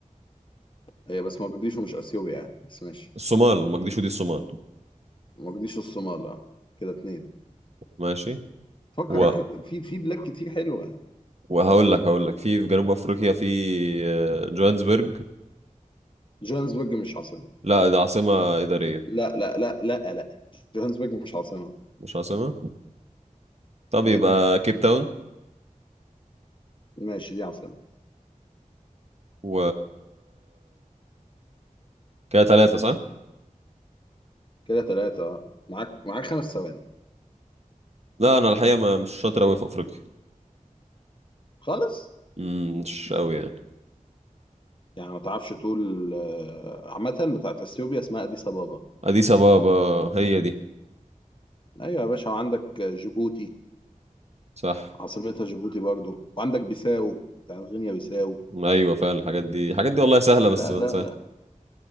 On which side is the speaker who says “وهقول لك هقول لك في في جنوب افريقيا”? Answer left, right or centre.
Right